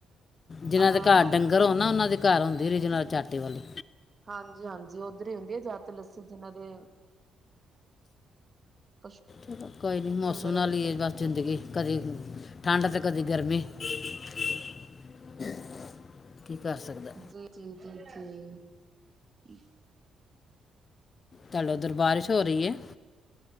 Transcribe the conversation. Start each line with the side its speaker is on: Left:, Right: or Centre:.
Left: ਜਿਨਾਂ
Right: ਹਾਂ
Left: ਦੇ ਘਰ ਡੰਗਰ ਹੋ ਨਾ ਉਹਨਾਂ ਦੇ ਘਰ ਹੁੰਦੀ ਹੈ ਰਿਜਨ ਚਾਟੇ ਵਾਲੀ
Right: ਹਾਂਜੀ- ਹਾਂਜੀ, ਉੱਧਰ ਹੀ ਹੁੰਦੀ ਹੈ ਜਾ ਤ ਲੱਸੀ ਜਿਨਾਂ ਦੇ ਪਸ਼ੂ
Left: ਚ ਕੋਈ ਨੀ ਮੌਸਮ
Right: ਵਗੈਰਾ
Left: ਨਾਲ
Right: ਰੱਖੇ
Left: ਹੀ ਏ
Right: ਹੁੰਦੇ
Left: ਬਸ
Right: ਨੇ।
Left: ਜ਼ਿੰਦਗੀ ਕਦੀ ਠੰਡ ਤੇ ਕਦੀ ਗਰਮੀ। <unintelligible> ਸਕਦਾ
Right: ਜੀ ਜੀ ਜੀ ਜੀ। ਈ।
Left: ਚੱਲ ਉੱਧਰ ਬਾਰਿਸ਼ ਹੋ ਰਹੀ ਹੈ।